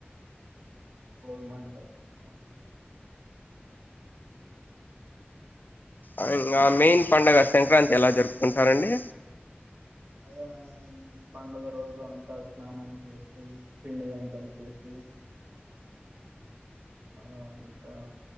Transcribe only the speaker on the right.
భోగి మంటలు అవును
అ పండుగ రోజు అంతా స్నానం చేసి పిండి వంటలు చేసి ఉ అదంతా